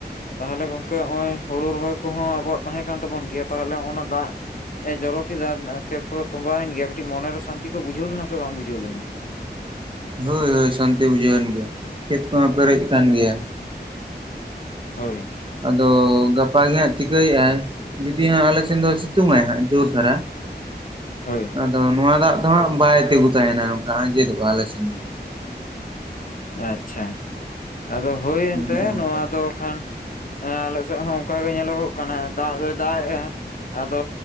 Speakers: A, on the left (about 50°); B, on the right (about 30°).
A: ᱛᱟᱦᱚᱞᱮ ᱜᱚᱢᱠᱮ ᱱᱚᱜ ᱚᱭ ᱦᱩᱲ ᱨᱚᱦᱚᱭ ᱠᱚᱦᱚᱸ ᱟᱵᱚᱣᱟᱜ ᱛᱟᱦᱮᱸ ᱠᱟᱱ ᱛᱟᱵᱚᱱ ᱜᱮᱭᱟ ᱛᱟᱦᱚᱞᱮ ᱚᱱᱟ ᱫᱟᱜ ᱮ ᱡᱚᱨᱚ ᱠᱮᱫᱟ ᱠᱷᱮᱛ ᱠᱚ ᱛᱚᱸᱵᱟᱭᱮᱱ ᱜᱮᱭᱟ ᱠᱟᱹᱴᱤᱡ ᱢᱚᱱᱮᱨᱮ ᱥᱟᱱᱛᱤ ᱠᱚ ᱵᱩᱡᱟᱹᱣ ᱞᱮᱱᱟ ᱥᱮ ᱵᱟᱝ ᱵᱩᱡᱷᱟᱹᱣ ᱞᱮᱱᱟ
B: ᱦᱳᱭ ᱦᱳᱭ ᱥᱟᱱᱛᱤ ᱵᱩᱡᱷᱟᱹᱣᱮᱱ ᱜᱮᱭᱟ ᱠᱷᱮᱛ ᱠᱚᱦᱚᱸ ᱯᱮᱨᱮᱡ ᱟᱠᱟᱱ ᱜᱮᱭᱟ
A: ᱦᱳᱭ
B: ᱟᱫᱚ ᱜᱟᱯᱟ ᱜᱮ ᱦᱟᱸᱜ ᱪᱤᱠᱟᱹᱭᱮᱫᱼᱟᱭ ᱡᱩᱫᱤ ᱦᱟᱸᱜ ᱟᱞᱮ ᱥᱮᱱ ᱫᱚ ᱥᱤᱛᱩᱝ ᱟᱭ ᱦᱟᱸᱜ ᱡᱳᱨ ᱫᱷᱟᱨᱟ <inaudible>
A: ᱦᱳᱭ
B: ᱟᱫᱚ ᱱᱚᱣᱟ ᱫᱟᱜ ᱫᱚᱦᱟᱸᱜ ᱵᱟᱭ ᱛᱤᱸᱜᱩ ᱛᱟᱦᱮᱱᱟ ᱱᱚᱝᱠᱟ ᱟᱸᱡᱮᱫᱚᱜᱼᱟ ᱟᱞᱮᱥᱮᱱ
A: ᱟᱪᱪᱷᱟ ᱟᱫᱚ ᱦᱳᱭ
B: ᱚᱱᱮ
A: ᱮᱱᱛᱮᱫ
B: ᱚᱱᱠᱟ
A: ᱱᱚᱣᱟ ᱫᱚ ᱠᱷᱟᱱ ᱟᱞᱮ ᱥᱮᱫ ᱦᱚᱸ ᱚᱱᱠᱟᱜ ᱜᱮ ᱧᱮᱞᱚᱜᱚᱜ ᱠᱟᱱᱟ ᱫᱟᱜ ᱫᱚᱭ ᱫᱟᱜ ᱮᱫᱼᱟ ᱟᱫᱚ